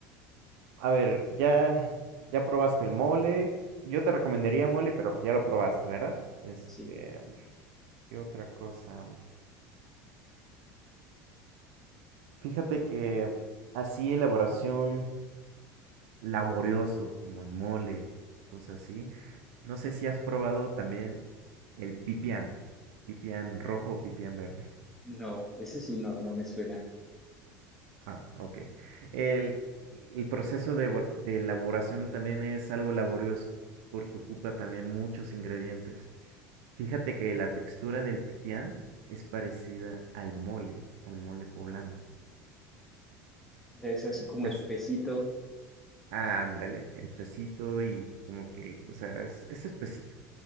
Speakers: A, on the right (about 65°); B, in the centre.
A: A ver, ya, ya probaste el mole. Yo te recomendaría mole, pero ya lo probaste, ¿verdad? Este,
B: Sí,
A: ¿qué otra cosa? Fíjate que así elaboración laborioso como el mole, cosas así. No sé si has probado también el pipián, pipián rojo o pipián verde.
B: no, ese sí no, no me suena.
A: Ah, ok. El, el proceso de, vo- de elaboración también es algo laborioso porque ocupa también muchos ingredientes. Fíjate que la textura del pipián es parecida al mole, al mole poblano.
B: O sea, Es así como
A: Es,
B: espesito,
A: ándale, espesito y como que, o sea, es, es espesito,